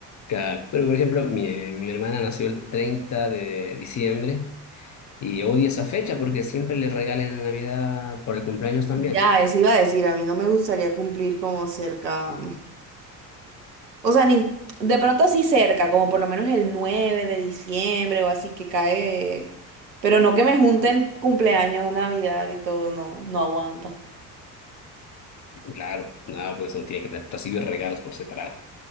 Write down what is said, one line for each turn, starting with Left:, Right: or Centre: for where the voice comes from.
Left: Claro, pero por ejemplo, mi, mi hermana nació el 30 de diciembre y odia esa fecha porque siempre le regalan en Navidad por el cumpleaños también.
Right: Ya, eso iba a decir, a mí no me gustaría cumplir como cerca, o sea, ni de pronto así cerca, como por lo menos el 9 de diciembre o así que cae, pero no que me junten cumpleaños, Navidad y todo, no, no aguanta.
Left: Claro, no, pues no tiene que te- recibir regalos por separado.